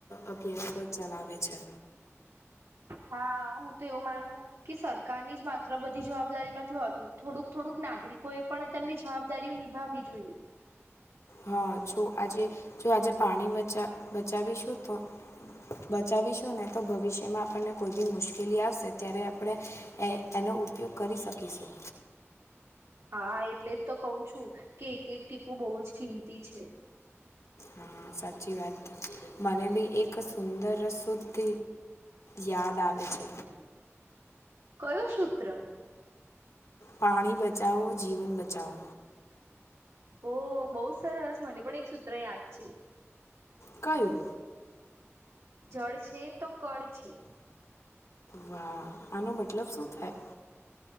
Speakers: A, on the left; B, on the right.
A: અભિયાન કર ચલાવેે છે.
B: હા હું તો એવું માનું કે સરકારની જ માત્ર બધી જવાબદારી નથી હોતું થોડુંક થોડુંક નાગરિકો એ પણ તેમની જવાબદારીઓ નિભાવવી જોઈએ.
A: હા જો આજે જો આજે પાણી બચા બચાવીશું તો બચાવીશું ને તો ભવિષ્યમાં આપણને કોઈ બી મુશ્કેલી આવશે ત્યારે આપણે એ એનો ઉપયોગ કરી શકીશું.
B: હા એટલે જ તો કહું છું કે એક એક ટીપું બહુ જ કિંમતી છે.
A: હા સાચી વાત મને બી એક સુંદર શુદ્ધ યાદ આવે છે.
B: કયોું સૂત્ર?
A: પાણી બચાઓ જીવન બચાઓ.
B: ઓ બહુ જ સરસ મને પણ એક સૂત્ર યાદ છે.
A: કું?
B: જળ છે તો કળ છે.
A: વાહ આનો મતલબ શું થાય?